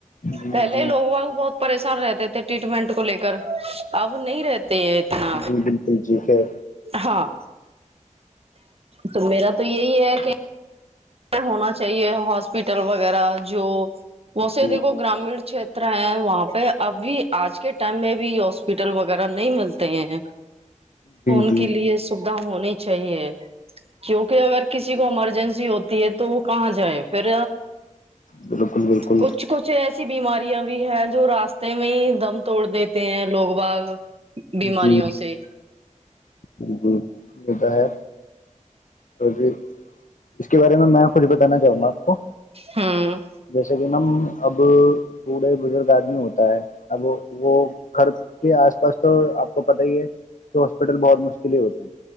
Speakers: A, on the left; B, on the right.
A: جی جی
B: پہلے
A: جی جی
B: لوگوںاگ بہت پریشان رہتے تھے ٹریٹمنٹ کو لے کر اب نہیں رہتے اتنا
A: جی بالکل ٹھیک ہے
B: ہاں تو میرا تو یہی ہے کہ ہونا چاہیے ہاسپٹل وغیرہ جو بسے
A: جی
B: د کو
A: جی
B: گرامیین چت ر ہیں وہاں پہ اب بھی آج کے ٹائم میں بھی ہاسپٹل وغیرہ نہیں ملتے ہیں ان
A: جی
B: کے لیے
A: جی
B: سوھا ہونے چاہیے کیونکہ اگر کسی کو ایمرجنسی ہوتی تو وہ کہاں جائ پھر
A: بالکل بالکل
B: کچھ کچھ ایسی بیماریاں بھی ہیں جو راستے میں ہی دم توڑ دیتے ہیں لوگ باغ بیماریوں
A: جی
B: سے
A: جی متا ہے جی اس کے بارے میں میں کھ بتانا چاہوں گا آپ کو
B: ہوں
A: جیسے یہ نم اب بوڑھے بزرگ آدمی ہوتا ہے اب وہ گھر کے آس پاس تو آپ کو پت ہی ہے کہ ہاسپٹل بہت مشکل ہی ہوتے ہیں